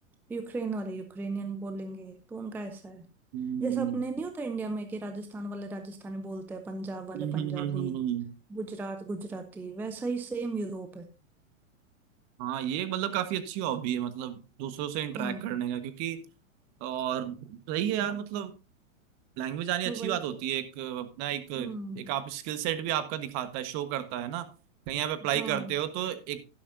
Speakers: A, in the centre; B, on the right.
A: यूक्रेन वाले यूक्रेनियन बोलेंगे तो उनका ऐसा है
B: हम्म
A: जैसे अपने नहीं होता इंडिया में कि राजस्थान वाले राजस्थानी बोलते हैं पंजाब वाले
B: हम्म
A: पंजाबी
B: हम्म हम्म हम्म, हम्म।
A: गुजरात गुजराती वैसा ही सेम यूरोप है
B: हाँ ये एक मतलब काफी अच्छी हॉबी है मतलब दूसरों से इंटरेक्ट
A: हम्म
B: करने का क्योंकि और सही है यार मतलब लैंग्वेज आनी अच्छी
A: वही
B: बात होती
A: तो
B: है एक अ, अपना एक
A: हम्म
B: एक आप स्किल सेट भी आपका दिखाता है शो करता है ना कहीं आप अप्लाई
A: हाँ
B: करते हो तो एक